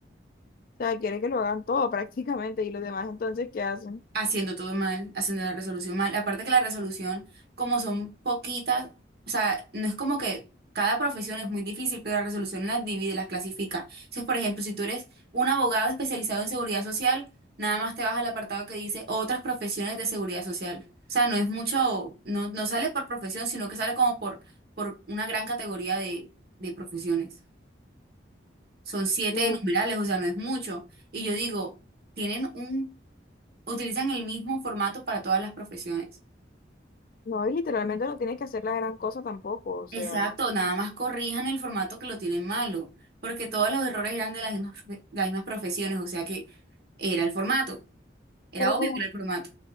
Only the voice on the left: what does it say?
sea, quieres que lo hagan todo <laughs> prácticamente y los demás entonces, ¿qué hacen?
Mm,
No, y literalmente no tienes que hacer la gran cosa tampoco, o sea.
Pero
como